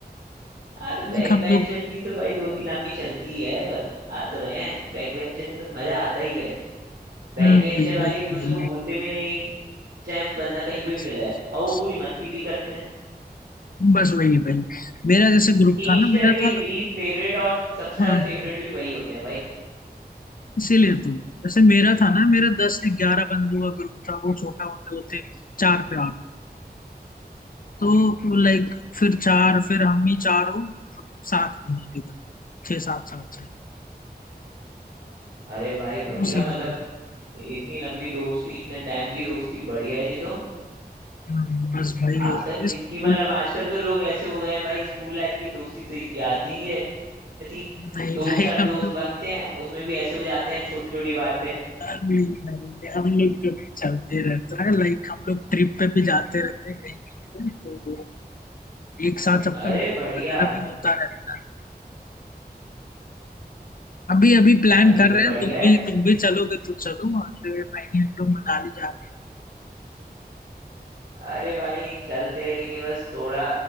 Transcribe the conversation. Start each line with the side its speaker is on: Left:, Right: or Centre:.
Right: हाँ तो
Left: लाइक
Right: बैक
Left: हम
Right: बेंचर
Left: लोग का-
Right: की तो भाई दोस्ती लंबी चलती है बता तो रहे हैं बैक बेंचर में तो मजा आता ही है बैक
Left: हम्म,
Right: बेंचर
Left: वही
Right: वाले
Left: वही
Right: एक दूसरे
Left: वही
Right: को भूलते भी नहीं चाहे बंदा कहीं पे
Left: बस
Right: भी चला जाए
Left: बस
Right: और
Left: बस
Right: वो पूरी मस्ती भी करते हैं
Left: बस वही है भाई मेरा जैसे ग्रुप
Right: टीचर
Left: था ना मेरा
Right: के
Left: था
Right: लीस्ट फेवरेट और सबसे
Left: हाँ
Right: ज्यादा
Left: हाँ
Right: फेवरेट भी वही होते हैं भाई
Left: इसीलिए तो जैसे मेरा था ना मेरा दस से ग्यारह बंदों का ग्रुप था वो छोटा होते होते चार पे आ गया तो लाइक फिर चार फिर हम ही चार हो मतलब सात महीने अभी तक छह सात साल से
Right: अरे भाई बढ़िया
Left: वो सीन
Right: मतलब
Left: है भाई
Right: इतनी लंबी दोस्ती इतने टाइम की दोस्ती बढ़िया है जी तो
Left: हम्म, बस भाई यही
Right: आज तक
Left: है
Right: किसकी
Left: स्कूल
Right: मतलब आजकल तो लोग ऐसे हो गए हैं भाई स्कूल लाइफ की दोस्ती तो याद ही नहीं रहती
Left: नहीं
Right: दो
Left: भाई
Right: चार
Left: हम
Right: दोस्त
Left: लोग
Right: बनते हैं उसमें भी ऐसे हो जाते हैं छोटी छोटी बात पे
Left: नहीं भाई हम लोग कभी चलते रहता है लाइक हम लोग ट्रिप पे भी जाते रहते हैं कहीं कहीं पे तो वो एक साथ सबका
Right: अरे
Left: मीटअप
Right: बढ़िया
Left: वगैरह भी होता रहता है अभी अभी प्लान
Right: भाई ये
Left: कर
Right: तो
Left: रहे
Right: बढ़िया
Left: हैं तुम
Right: है
Left: भी तुम भी चलोगे तो चलो अगले महीने हम लोग मनाली जा रहे
Right: अरे भाई चलते हैं लेकिन बस थोड़ा